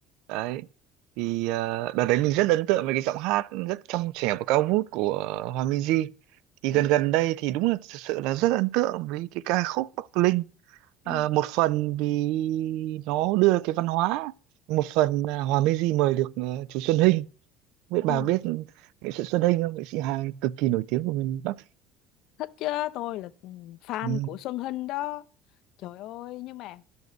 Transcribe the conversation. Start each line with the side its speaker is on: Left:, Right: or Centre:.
Right: đấy thì ờ, đợt đấy mình rất ấn tượng với cái giọng hát rất trong trẻo và cao vút của Hòa Minzy. Thì
Left: ừ,
Right: gần gần đây thì đúng là thực sự là rất ấn tượng với cái ca khúc Bắc Linh. Ờ,
Left: ừ,
Right: một phần vì nó đưa cái văn hóa, một phần là Hòa Minzy mời được ờ, chú Xuân Hinh. Không Biết
Left: ừ.
Right: bà biết nghệ sĩ Xuân Hinh không? Nghệ sĩ Hàn cực kỳ nổi tiếng của miền Bắc.
Left: Thích chứ, tôi là ừ, fan
Right: Ừ.
Left: của Xuân Hinh đó. Trời ơi, nhưng mà